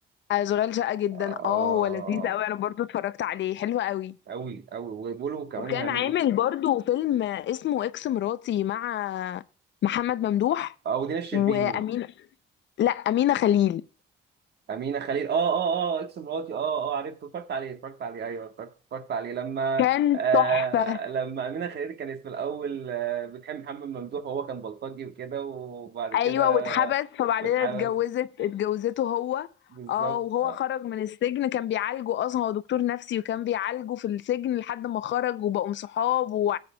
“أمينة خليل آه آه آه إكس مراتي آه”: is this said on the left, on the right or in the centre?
Right